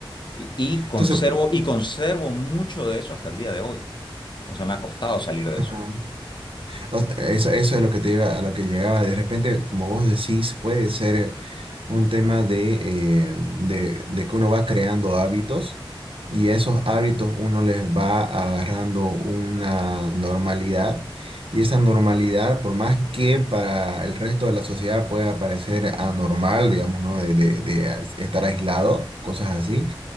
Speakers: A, on the left; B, on the right.
A: Y, y conservo,
B: Entonces,
A: y conservo mucho de eso hasta el día de hoy. O sea, me ha costado salir de eso.
B: ujú. O sea, Eso, eso es lo que te iba, a lo que llegaba. De repente, como vos decís, puede ser eh, un tema de, eh, de, de que uno va creando hábitos y a esos hábitos uno les va agarrando una normalidad y esa normalidad, por más que para el resto de la sociedad pueda parecer anormal, digamos, ¿no? De, de- de a- estar aislado, cosas así,